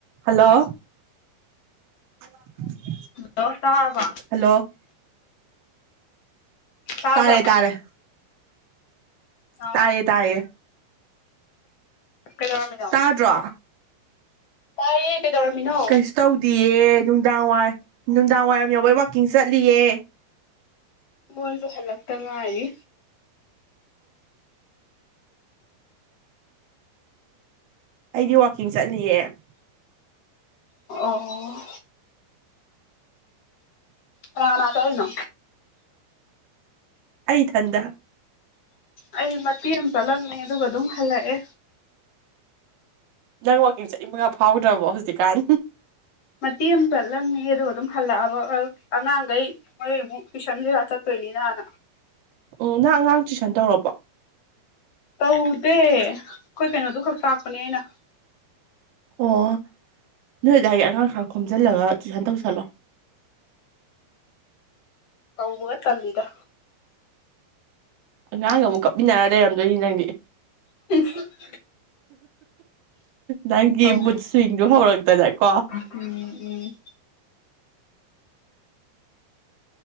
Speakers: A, on the right; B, on the left.
A: Hello. <unintelligible>
B: Hello ꯇꯔꯕꯣ꯫
A: Hello
B: ꯇꯥꯕ꯭ꯔꯥ
A: ꯇꯥꯔꯦ ꯇꯥꯔꯦ꯫
B: ꯑ
A: ꯇꯥꯏꯌꯦ ꯇꯥꯏꯌꯦ꯫
B: ꯀꯩꯗꯧꯔꯝꯃꯤ꯫
A: ꯇꯥꯗ꯭ꯔꯣ꯫
B: ꯇꯥꯏꯌꯦ ꯀꯩ ꯗꯧꯔꯝꯃꯤꯅꯣ꯫
A: ꯀꯩꯁꯨ ꯇꯧꯗꯤꯌꯦ ꯅꯨꯡꯗꯥꯡ ꯋꯥꯏ ꯅꯨꯡꯗꯥꯡ ꯋꯥꯏꯔꯝ ꯌꯎꯕꯩ ꯋꯥꯛꯀꯤꯡ ꯆꯠꯂꯤꯌꯦ꯫
B: ꯃꯣꯏꯁꯨ ꯍꯜꯂꯛꯇ ꯉꯥꯏꯔꯤ꯫
A: ꯑꯩꯗꯤ ꯋꯥꯛꯀꯤꯡ ꯆꯠꯂꯤꯌꯦ꯫
B: ꯑꯣ꯫ ꯀꯅꯥ ꯀꯅꯥ ꯆꯠꯂꯤꯅꯣ꯫
A: ꯑꯩ ꯊꯟꯗ꯫
B: ꯑꯩ ꯃꯇꯦꯛ ꯑꯝ ꯆꯠꯂꯝꯃꯦ ꯑꯗꯨꯒ ꯑꯗꯨꯝ ꯍꯜꯂꯛꯑꯦ꯫
A: ꯅꯪ ꯋꯥꯛꯀꯤꯡ ꯆꯠꯅꯤꯡꯕꯒ ꯐꯥꯎꯗ꯭ꯔꯕꯣ ꯍꯧꯖꯤꯛꯀꯥꯟ꯫
B: ꯃꯇꯦꯛ ꯑꯃ ꯆꯠꯂꯝꯃꯦ ꯑꯗꯨꯒ ꯑꯗꯨꯝ ꯍꯜꯂꯛꯑꯕ ꯑꯉꯥꯡꯒꯩ꯫ ꯃꯣꯏ ꯑꯃꯨꯛ ꯇꯨꯏꯁꯟ ꯀꯩꯀ ꯆꯠꯇꯣꯏꯅꯤꯅ ꯅꯥ꯫
A: ꯎꯝ ꯅꯪ ꯑꯉꯥꯡ ꯇꯨꯏꯁꯟ ꯇꯧꯔꯕꯣ꯫
B: ꯇꯧꯗꯦ ꯑꯩꯈꯣꯏ ꯀꯩꯅꯣꯗꯣ ꯈꯛ ꯇꯥꯛꯄꯅꯦ ꯑꯩꯅ꯫
A: ꯑꯣ ꯅꯣꯏꯗꯥꯏꯒꯤ ꯑꯉꯥꯡ ꯈꯔ ꯈꯣꯝꯖꯤꯜꯂꯒ ꯇꯨꯏꯁꯟ ꯇꯧꯁꯜꯂꯣ꯫
B: ꯇꯧꯕꯒ ꯇꯜꯂꯤꯗ꯫
A: ꯑꯉꯥꯡꯒ ꯑꯃꯨꯛ ꯀꯞꯃꯤꯟꯅꯔ ꯂꯩꯔꯝꯗꯣꯏꯅꯤ ꯅꯪꯗꯤ꯫
B: <unintelligible>
A: ꯅꯪꯒꯤ
B: ꯇꯧꯕ
A: ꯃꯨꯠꯁꯨ꯭ꯋꯤꯡꯗꯨ ꯍꯧꯔꯛꯇꯅꯀꯣ꯫
B: ꯎꯝ ꯎꯝ꯫